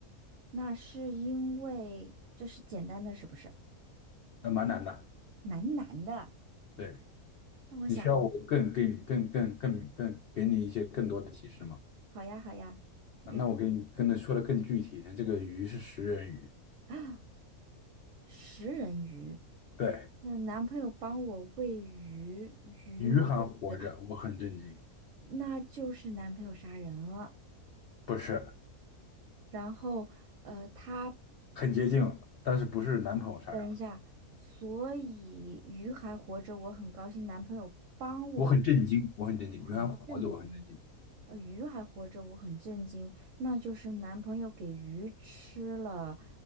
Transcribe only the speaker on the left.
呃，蛮难的。
对，
你需要我更给你更更更更给你一些更多的提示吗？
啊，那我给你跟他说的更具体一点，这个鱼是食人鱼，
对，
鱼还活着，我很震惊，
不是，
很接近了，但是不是男朋友杀人了，
我很震惊，我很震惊，
鱼还活着，我很震惊，